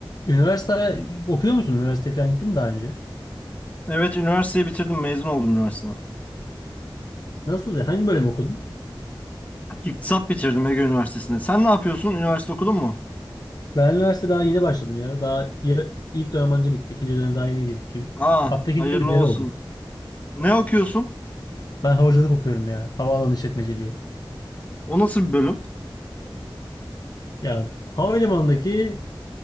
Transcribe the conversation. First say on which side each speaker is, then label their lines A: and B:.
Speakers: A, on the left; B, on the left.
A: Üniversite okuyor musun? Üniversite falan gittin mi daha önce?
B: Evet üniversiteyi bitirdim mezun oldum üniversiteden.
A: Nasıldı? Hangi bölüm okudun?
B: İktisat bitirdim Ege Üniversitesi'nde. Sen ne yapıyorsun? Üniversite okudun mu?
A: Ben üniversite daha yeni başladım ya. Daha ya- ilk dönem anca bitti. İkinci dönem daha yeni girdik gibi.
B: Aa
A: Hatta ikinci
B: hayırlı
A: dönem bir
B: olsun.
A: deri oldu.
B: Ne okuyorsun?
A: Ben havacılık okuyorum ya. Havaalanı işletmeciliği.
B: O nasıl bir bölüm?
A: Ya havalimanındaki